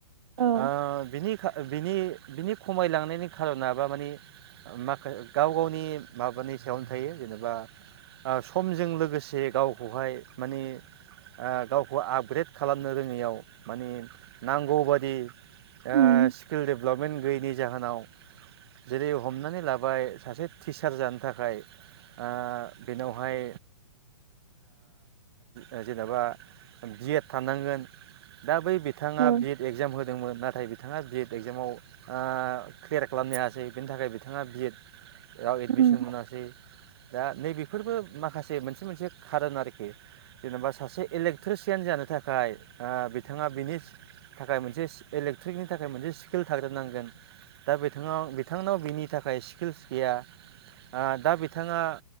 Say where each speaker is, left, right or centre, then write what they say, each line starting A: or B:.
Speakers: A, on the right; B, on the right.
A: औ
B: आ बिनि था बिनि बिनि खमायलांनायनि खार'नाबा माने माखा गाव गावनि माबानि सायावनो थायो जेनेबा ओ समजों लोगोसे गावखौहाय माने ओ गावखौ आपग्रेड खालामनो रोङैयाव माने नांगौबादि ओ
A: उम
B: स्किल दडेभेलपमेन्ट गैयैनि जाहोनाव जेरै हमनानै लाबाय सासे टिचार जानो थाखाय ओ बेनावहाय ओ जेनेबा बि एड थानांगोन। दा बै बिथाङा
A: औ
B: बि एड एगजाम होदोंमोन नाथाय बिथाङा बि एड एगजामाव ओ क्लेयार खालामनो हायासै बिनि थाखाय बिथाङा बि एड आव एडमिसन
A: उम
B: मोनासै। दा नैबेफोरबो माखासे मोनसे मोनसे खारोन आरोखि जेनेबा सासे इलेक्ट्रिसियान जानो थाखाय बिथाङा बिनि थाखाय मोनसे इलेक्ट्रिकनि थाखाय मोनसे स्किल थाग्रोनांगोन‌। दा बे बिथाङ बिथांनाव बिनि थाखाय स्किल्स गैया ओ दा बिथाङा